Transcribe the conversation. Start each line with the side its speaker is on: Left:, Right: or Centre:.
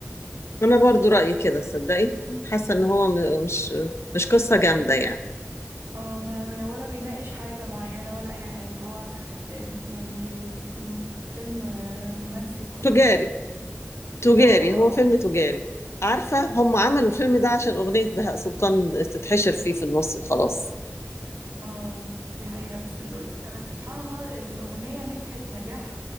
Left: أنا برضو رأيي كده صدقي حاسة إن هو م- مش مش قصة جامدة يعني
Right: اه ما ما- ولا بيناقش حاجة معينة ولا اي حاجة هو آم، يعني م- فيلم آه، رومانسي وخلاص
Left: تجاري تجاري
Right: اه اه
Left: هو فيلم تجاري عارفة هم عملوا الفيلم ده عشان أغنية بهاء سلطان تتحشر فيه في النص وخلاص
Right: اه دي حقيقة بس ال- سبحان الله الأغنية نجحت نجاح